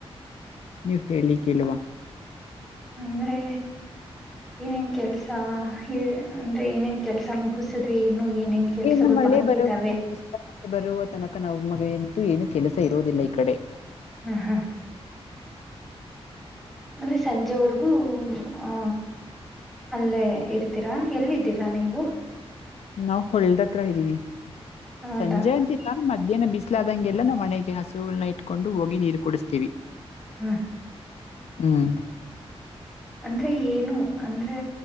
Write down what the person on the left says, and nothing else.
ನೀವ್ ಹೇಳಿ ಕೇಳುವ.
ಇನ್ನು ಮಳೆ
ಬರುವ
ಬರುವ ತನಕ ನಾವು. ಮಗ ಎಂತೂ ಏನು ಕೆಲಸ ಇರೋದಿಲ್ಲ ಈ ಕಡೆ.
ನಾವವು ಹೊಳ್ಳದತ್ರ ಇದ್ದೀವಿ
ಸಂಜೆ ಅಂತಿಲ್ಲ ಮಧ್ಯಾಹ್ನ ಬಿಸ್ಲಾದಂಗೆಲ್ಲ ನಾ <unintelligible> ಒಣ ಹಾಸಸುಲ್ ಕೊಂಡು ಹೋಗಿ ನೀರು ಕುಡಿಸ್ತೀವಿ
ಹ್ಮ್